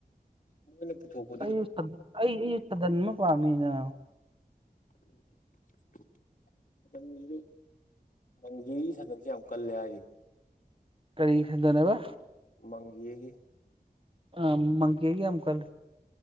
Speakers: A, on the left; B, on the right.
A: ꯃꯣꯏꯅ ꯄꯨꯊꯣꯛꯄ
B: ꯑꯩ ꯑꯩ ꯑꯨ ꯁꯗꯟ ꯑꯃ ꯄꯥꯝꯃꯤꯅ
A: ꯎꯝ ꯁꯤꯁꯨ ꯃꯪꯒꯤꯒꯤ ꯁꯗꯛꯁꯦ ꯌꯥꯝ ꯀꯜꯂꯦ ꯍꯥꯏꯗꯤ
B: ꯀꯔꯤꯒꯤ ꯈꯟꯗꯅꯦꯕ
A: ꯃꯪꯒꯦꯒꯤ
B: ꯑ ꯃꯪꯒ‌ꯦꯒꯤ ꯑꯝ ꯀꯜ